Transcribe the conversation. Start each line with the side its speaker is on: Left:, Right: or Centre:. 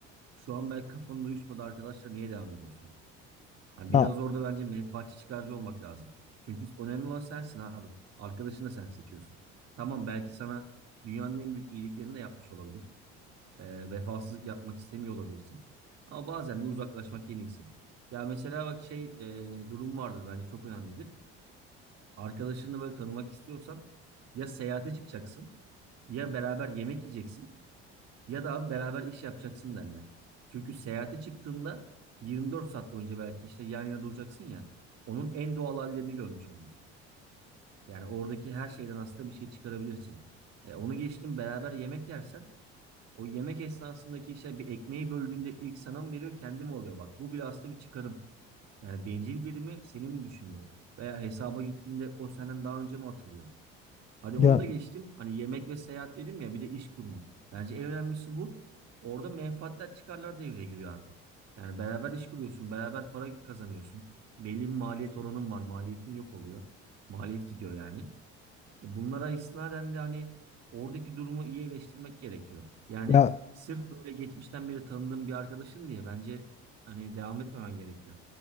Right: şu an belki kafanın uyuşmadı arkadaşla niye devam ediyorsun? Hani biraz
Left: Ya,
Right: orada bence menfaatçi çıkarcı olmak lazım. Çünkü önemli olan sensin abi. Arkadaşını da sen seçiyorsun. Tamam belki sana dünyanın en büyük iyiliklerini de yapmış olabilir. Ee, vefasızlık yapmak istemiyor olabilirsin. Ama bazen de uzaklaşmak en iyisi. Ya mesela bak şey e, durum vardır bence çok önemlidir. Arkadaşını böyle tanımak istiyorsan ya seyahate çıkacaksın ya beraber yemek yiyeceksin. Ya da abi beraber iş yapacaksın derler. Çünkü seyahate çıktığında 24 saat boyunca belki işte yan yana duracaksın ya. Onun en doğal hallerini görmüş oluyorsun. Yani oradaki her şeyden aslında bir şey çıkarabilirsin. E, onu geçtim beraber yemek yersen o yemek esnasındaki işte bir ekmeği böldüğünde ilk sana mı veriyor kendi mi oluyor? Bak bu bile aslında bir çıkarım. Yani bencil biri mi seni mi düşünüyor? Veya hesaba gittiğinde o senden daha önce mi atılıyor? Hadi
Left: ya,
Right: onu da geçtim. Hani yemek ve seyahat dedim ya bir de iş kurma. Bence en önemlisi bu. Orada menfaatler çıkarlar devreye giriyor artık. Yani beraber iş kuruyorsun, beraber para kazanıyorsun. Belli bir maliyet oranın var, maliyetin yok oluyor. Maliyet gidiyor yani. E bunlara istinaden de hani oradaki durumu iyi eleştirmek gerekiyor. Yani
Left: ya,
Right: sırf böyle geçmişten beri tanıdığım bir arkadaşın diye bence hani devam etmemen gerekiyor.